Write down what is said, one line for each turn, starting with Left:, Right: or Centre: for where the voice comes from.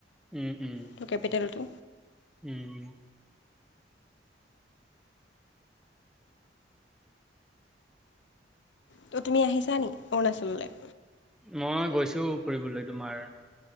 Centre: উম উম
Left: ত কেপিটেলটো
Centre: উম
Left: ত' তুমি আহিছা নি অৰুনাচনলে
Centre: মই গৈছো ফুৰিবলৈ তোমাৰ।